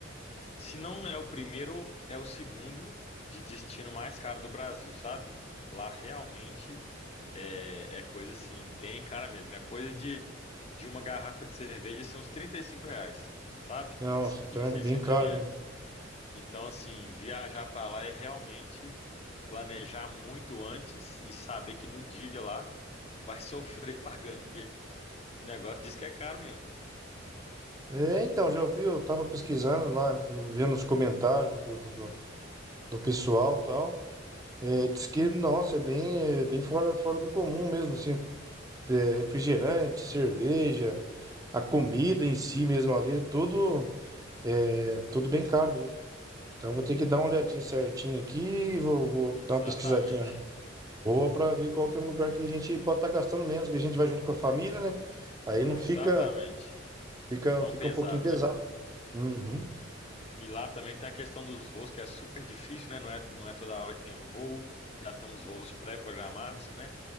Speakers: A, on the left (about 30°); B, on the right (about 20°).
A: Se não é o primeiro, é o segundo de destino mais caro do Brasil, sabe? Lá realmente é, é coisa assim, bem cara mesmo. É coisa de, de uma garrafa de cerveja ser uns 35 reais, sabe?
B: Nossa,
A: De,
B: então
A: de
B: é
A: 600
B: bem caro
A: ml.
B: mesmo.
A: Então, assim, viajar pra lá é realmente planejar muito antes e saber que no dia lá vai <laughs> sofrer pagando, porque o negócio diz que é caro mesmo.
B: É, então, já ouvi, eu tava pesquisando lá, vendo os comentários do, do, do, do pessoal e tal. É, diz que, nossa, é bem, é bem fora, fora do comum mesmo, assim. É, refrigerante, cerveja, a comida em si mesmo ali, é tudo, é, tudo bem caro mesmo. Então, eu vou ter que dar uma olhadinha certinho aqui, vou, vou
A: Exatamente.
B: dar uma pesquisadinha boa para ver qual que é um lugar que a gente pode estar gastando menos, que a gente vai junto com a família, né? Aí não
A: Exatamente.
B: fica, fica,
A: Tão
B: fica
A: pesado,
B: um pouquinho pesado.
A: né?
B: Uhum.
A: E lá também tem a questão dos voos, que é super difícil, né? Não é, não é toda hora que tem o voo, já tem uns voos pré-programados, né?